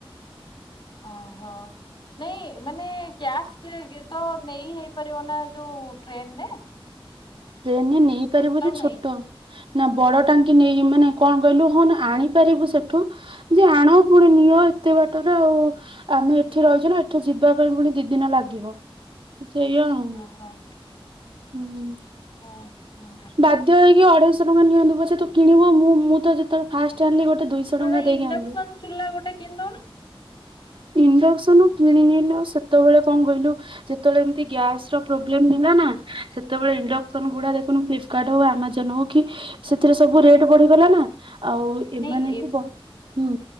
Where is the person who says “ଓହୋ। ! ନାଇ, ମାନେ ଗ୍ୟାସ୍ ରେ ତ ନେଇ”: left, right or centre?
Left